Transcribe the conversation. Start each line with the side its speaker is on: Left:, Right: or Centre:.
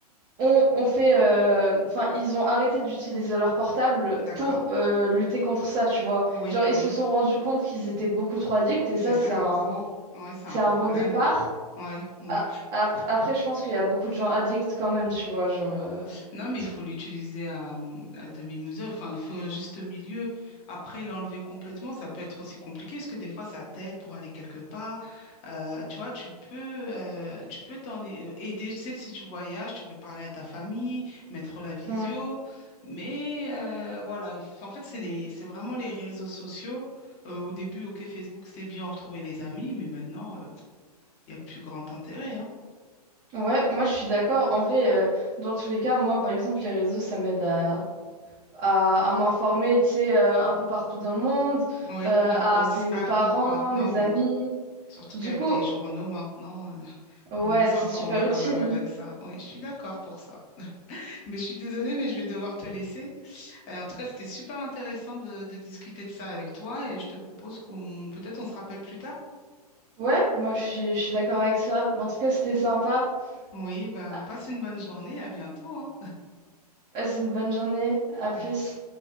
Right: ont, ont fait, euh, enfin, ils ont arrêté d'utiliser leur portable
Left: D'accord.
Right: pour euh, lutter contre ça, tu vois.
Left: Oui,
Right: Genre, ils
Left: oui.
Right: se sont rendus compte qu'ils étaient beaucoup trop addicts
Left: Ils
Right: et ça,
Left: étaient
Right: c'est
Left: accros.
Right: un,
Left: Oui, c'est
Right: c'est
Left: un
Right: un
Left: problème.
Right: bon départ.
Left: Oui, oui.
Right: A- Après, après, je pense qu'il y a beaucoup de gens addicts quand même, tu vois,
Left: Ouais.
Right: genre. euh,
Left: Non, mais
Right: c'est-
Left: il faut l'utiliser à, à demi-mesure. Enfin, il faut un juste milieu. Après, l'enlever complètement, ça peut être aussi compliqué parce que des fois, ça t'aide pour aller quelque part. Euh, tu vois, tu peux, euh, tu peux t'en a- aider. Tu sais, si tu voyages, tu peux parler à ta famille, mettre la visio.
Right: Mm.
Left: Mais euh, voilà, il faut- en fait, c'est les- c'est vraiment les réseaux sociaux. Euh, au début, OK, Facebook, c'est bien retrouver les amis, mais maintenant, euh, Il n'y a plus grand intérêt, hein.
Right: Ouais, moi, je suis d'accord. En vrai, euh, dans tous les cas, moi, par exemple, les réseaux, ça m'aide à. à, à m'informer, tu sais, euh, un peu partout dans le monde,
Left: Oui,
Right: euh,
Left: oui,
Right: à
Left: aussi.
Right: appeler mes
Left: Ah
Right: parents,
Left: oui, maintenant,
Right: mes
Left: oui.
Right: amis.
Left: Surtout
Right: Du
Left: qu'avec
Right: coup,
Left: les journaux, maintenant, euh,
Right: ouais,
Left: vaut mieux s'informer
Right: c'est super
Left: quand
Right: utile.
Left: même avec ça. Oui, je suis d'accord pour ça. Mais je suis désolée, mais je vais devoir te laisser. Euh, en tout cas, c'était super intéressant de, de discuter de ça avec toi et je te propose qu'on, peut-être on se rappelle plus tard.
Right: Ouais, moi je suis, je suis d'accord avec ça. Mais en tout cas, c'était sympa.
Left: Oui, ben,
Right: Ah,
Left: passe une bonne journée, à bientôt, hein.
Right: Passe une bonne journée. À plus.
Left: Merci.